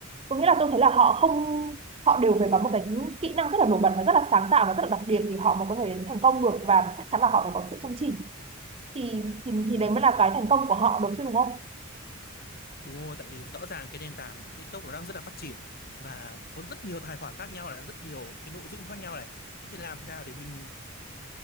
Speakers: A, on the right; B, on the left.
A: có nghĩa là tôi thấy là họ không họ đều phải có một cái kỹ năng rất là nổi bật và rất là sáng tạo và rất là đặc biệt thì họ mới có thể đến thành công được và chắc chắn là họ phải có sự chăm chỉ thì thì
B: đúng
A: thì đấy
B: rồi
A: mới là cái thành
B: Ừ,
A: công của họ đúng chứ đúng không
B: đúng rồi tại vì rõ ràng cái nền tảng TikTok nó đang rất là phát triển và có rất nhiều tài khoản khác nhau này rất nhiều những cái nội dung khác nhau này Thế thì làm thế nào để mình